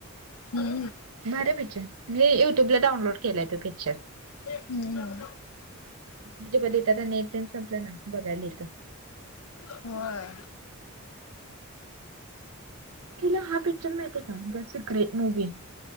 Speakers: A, on the left (about 85°); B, on the right (about 85°).
A: हम्म
B: भारीय पिक्चर, मी युट्यूबला डाउनलोड केलाय तो पिक्चर.
A: हं हं.
B: म्हणजे कधीतर नेटतन संपलं ना, बघायला येतय.
A: होय.
B: तुला हा पिक्चर माहितय का, असं ग्रेट मूव्ही